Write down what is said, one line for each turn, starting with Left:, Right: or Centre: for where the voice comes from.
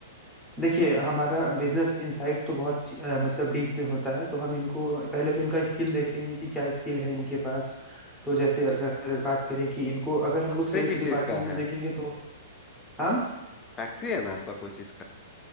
Centre: देखिए हमारा बिजनेस इनसाइट तो बहुत ची- अ, मतलब डीप में होता है तो हम इनको पहले तो इनका स्किल देखेंगे कि क्या स्किल है इनके पास तो जैसे अगर बात करें कि इनको अगर हम
Left: फैक्ट्री
Centre: लोग सेल्स
Left: किस
Centre: डिपार्टमेंट
Left: चीज का
Centre: में
Left: है
Centre: देखेंगे तो हाँ
Left: फैक्ट्री है ना आपका कोई चीज